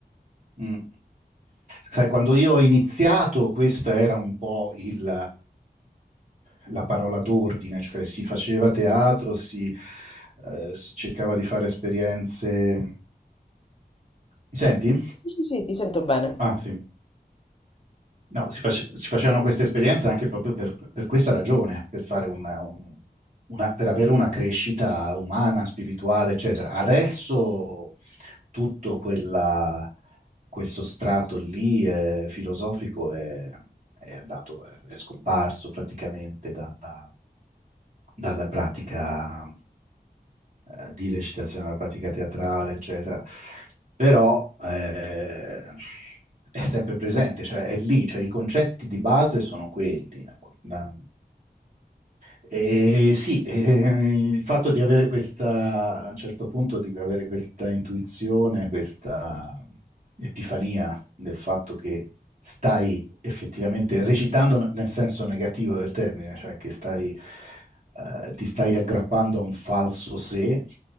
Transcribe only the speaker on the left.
Sì, sì, sì, ti sento bene.